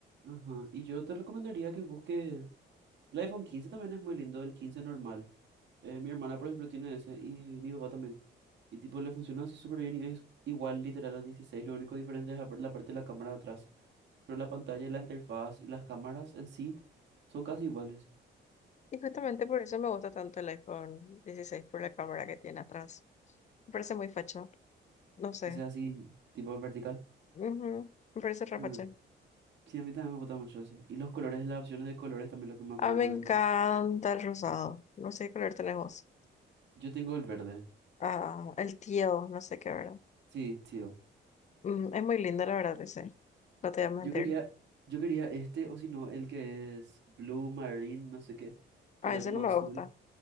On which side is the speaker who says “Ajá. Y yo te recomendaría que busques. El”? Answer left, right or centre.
Right